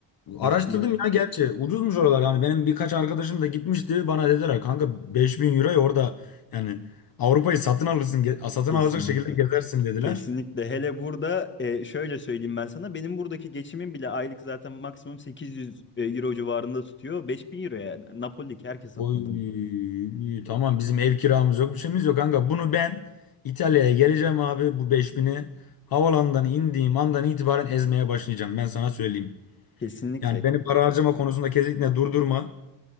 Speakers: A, on the left; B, on the left.
A: beş
B: Araştırdım
A: bin euro
B: ya gerçi. Ucuzmuş oralar yani. Benim birkaç arkadaşım da gitmişti. Bana dediler kanka 5000 euroya orada yani Avrupa'yı satın alırsın, ge- satın
A: kesinlikle.
B: alacak şekilde gezersin dediler.
A: Kesinlikle. Hele burada e, şöyle söyleyeyim ben sana. Benim buradaki geçimim bile aylık zaten maksimum 800 euro civarında tutuyor. 5000 euroya Napoli'deki herkes satın
B: Oy,
A: alır mı?
B: tamam bizim ev kiramız yok bir şeyimiz yok kanka. Bunu ben İtalya'ya geleceğim abi bu beş bini havalandan indiğim andan itibaren ezmeye başlayacağım ben sana söyleyeyim.
A: Kesinlikle
B: Yani beni para harcama konusunda kesinlikle durdurma.